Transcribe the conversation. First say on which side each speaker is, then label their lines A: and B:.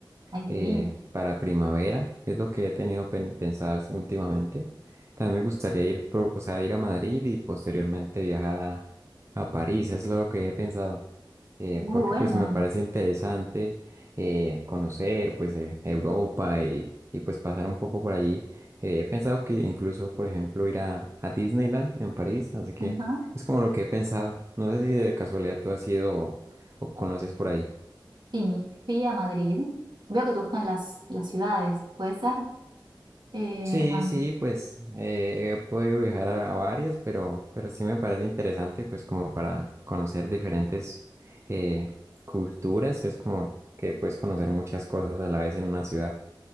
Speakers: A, on the right; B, on the right.
A: Ay, qué
B: eh,
A: lindo.
B: para primavera, es lo que he tenido pen- pensado últimamente. También me gustaría ir, pro- o sea, ir a Madrid y posteriormente viajar a, a París, es lo que he pensado. eh,
A: Muy
B: porque
A: bueno.
B: pues me parece interesante eh, conocer pues eh, Europa y, y, pues pasar un poco por allí. Eh, he pensado que incluso, por ejemplo, ir a, a Disneyland en París, así que
A: Ajá.
B: es como lo que he pensado. No sé si de casualidad tú has ido o o conoces por ahí.
A: Sí, mi, fui a Madrid. Veo que te gustan las, las ciudades, ¿puede ser? Eh,
B: Sí,
A: ah,
B: sí, pues eh, he podido viajar a, a varias, pero, pero sí me parece interesante, pues como para conocer diferentes eh, culturas, que es como que puedes conocer muchas cosas a la vez en una ciudad.